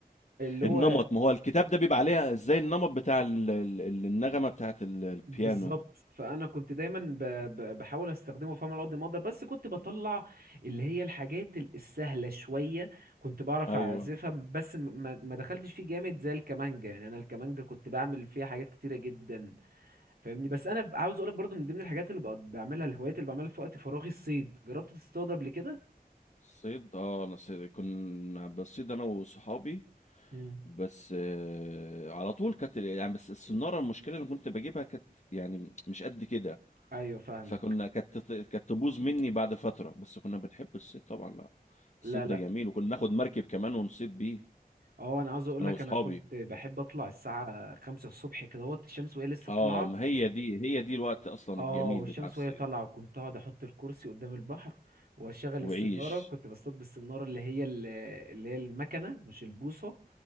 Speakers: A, on the right (about 70°); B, on the left (about 45°).
A: اللي
B: النمط
A: هو
B: ما هو الكتاب ده بيبقى عليها ازاي النمط بتاع ال- ال- ال- النغمة بتاعت ال- البيانو
A: بالظبط فانا كنت دايما ب... ب... بحاول استخدمه فاهم على قد ما اقدر بس كنت بطلع اللي هي الحاجات ال- السهله شويه كنت بعرف
B: ايوه
A: اعزفها بس م- ما... ما دخلتش فيه جامد زي الكمانجا يعني انا الكمانجا كنت بعمل فيها حاجات كتيره جدا فاهمني بس انا عاوز اقولك برضو من ضمن الحاجات اللي بقعد بعملها الهوايات اللي بعملها في وقت فراغي الصيد جربت تصطاد قبل كده
B: صيد اه انا صيد كنا بصيد انا وصحابي
A: مم.
B: بس آه على طول كانت يعني بس السنارة المشكلة اللي كنت بجيبها كانت يعني مش قد كده
A: ايوه فاهمك
B: فكنا كانت تط- كانت تبوظ مني بعد فترة بس كنا بنحب الصيد طبعا لا الصيد
A: لا لا
B: ده جميل وكنا ناخد مركب كمان ونصيد بيه
A: اه انا عاوز اقول
B: انا
A: لك
B: واصحابي
A: انا كنت بحب اطلع الساعه 5 الصبح كدهوت الشمس وهي لسه
B: اه
A: طالعه
B: ما هي دي هي دي الوقت اصلا
A: اه
B: الجميل
A: والشمس
B: بتاع الصيد
A: وهي طالعة وكنت اقعد احط الكرسي قدام البحر واشغل
B: وعيش
A: السنارة كنت بصطاد بالسنارة اللي هي ال- اللي هي المكنة مش البوصة